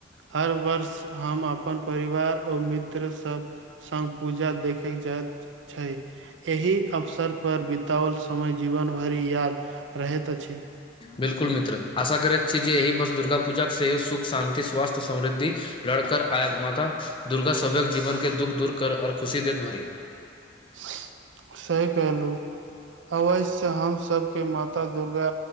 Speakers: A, on the right (about 75°); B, on the left (about 30°).
A: हर वर्ष हम अपन परिवार ओ मित्रसब संग पूजा देखैक जाइत छै। एहि अवसरपर बिताओल समय जीवन भरि याद रहैत अछि।
B: बिलकुल मित्र, आशा करैत छी जे एहि बस दुर्गा पूजाक सेहो सुख, शान्ति, स्वास्थ्य, समृद्धि लड़कर आयत माता दुर्गा सबहक जीवन के दुःख दूर कर आर खुशी देत भरी।
A: <inaudible> सही कहलू अवैश्य हम सबके माता दुर्गा